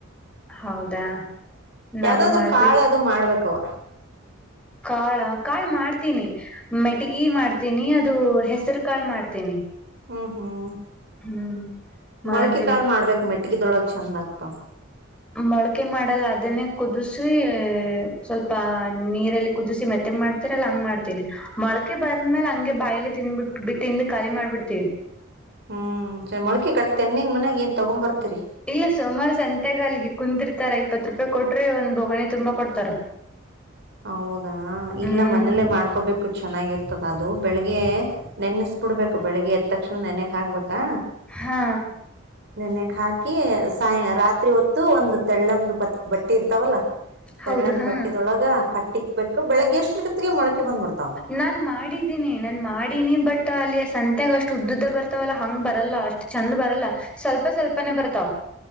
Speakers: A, in the centre; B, on the right.
A: ಹೌದಾ ನಾನು
B: ಯಾವ್ದಾದ್ರು
A: ಮಾಡ್ಬಿ
B: ಕಾಳು ಅದು ಮಾಡ್ಬೇಕವ
A: ಕಾಳ ಕಾಳ್ ಮಾಡ್ತೀನಿ ಮೆಟಗಿ ಮಾಡ್ತೀನಿ ಅದು ಹೆಸರು ಕಾಳ ಮಾಡ್ತೀನಿ
B: ಹ್ಮ್ ಹ್ಮ್
A: ಹ್ಮ್
B: ಮೊಳಕೆ
A: ಮಾಡ್ತೀನಿ
B: ಕಾಳ ಮಾಡ್ಬೇಕಕ್ ಮೆಟ್ಗದೊಳಗ್ ಚಂದ ಆಗ್ತಾವ
A: ಮೊಳಕೆ ಮಾಡಲ್ಲ ಅದನ್ನೇ ಕುದಿಸಿ ಸ್ವಲ್ಪ ನೀರಲ್ಲಿ ಕುದಿಸಿ ಮೆತ್ತಗ್ ಮಾಡ್ ರ ಹಂಗ್ ಮಾಡ್ತಿನಿ ಮೊಳಕೆ ಬಂದ್ಮೇಲೆ ಹಂಗೆ ಬಾಯಿಲಿ ತಿಿಂದ್ಬಿಟ್ಟ ತಿಂದು ಕಲಿಿ ಮಾಡ್ಬಿಡ್ತೀವಿ
B: ಹ್ಮ್ ಸರಿ ಮೊಳಕೆ ಕಟ್ಟೆನ್ನನ್ ಮನ್ಯಾಗ ಏನ್ ತಗೊ್ ಬರ್ತೀರಿ
A: ಇಲ್ಲ ಸುಮಾರು ಸಂತೆಗ ಅಲ್ಲಿಗೆ ಕುಂತಿರ್ತಾರ ಇಪ್ಪತ್ತು ರೂಪಾಯಿ ಕೊಟ್ರಿ ಒಂದ್ ಬೋಗಣಿ ತುಂಬಾ ಕೊಡ್ತಾರ
B: ಹೌದಾ ಇಲ್ಲ
A: ಹ್ಮ್
B: ಮನೇಲ್ಲೇ ಮಾಡ್ಕೊಬೇಕು ಚೆನ್ನಾಗಿರ್ತದ ಅದು ಬೆಳಿಗ್ಗೆ ನೆನೆಸ್ಬಿಡ್ಬೇಕು ಬೆಳಿಗ್ಗೆ ಎತ್ತ ತಕ್ಷಣ ನೆನೆಗ್ ಹಗ್ಬೇಕಾ
A: ಹಾ
B: ನೆನೆಗ್ ಹಾಕಿ ಸಾಯ ರಾತ್ರಿ ಹೊತ್ತು ಒಂದು ತೆಳ್ಳಂದು ಬ ಬಟ್ಟೆ ಇರ್ತಾವಲ್ಲ ತಳ್ಳನ್
A: ಹೌದು ಹಾ
B: ಬಟ್ಟಿದೊಳಗ ಕಟ್ಟಿಕ್ಬೇಕು ಬೆಳಿಗ್ಗೆ ಎಷ್ಟ್ರ ಜೊಿಗೆ ಮೊಳಕೆ ಬಂದ್ಬಿಡ್ತಾವ್
A: ನಾನ್ ಮಾಡಿದ್ದೀನಿ ನಾನನ್ ಮಾಡಿನಿ ಬಟ್ ಅಲ್ಲಿ ಸಂತೆಾಗ ಅಷ್ಟು ಉದ್ದದ್ದ ಬರ್ತವಲ್ಲ ಹಂಗ್ ಬರಲ್ಲ ಅಷ್ಟ ಚಂದ ಬರಲ್ಲ ಸ್ವಲ್ಪ ಸ್ವಲ್ಪನೇ ಬರ್ತಾವ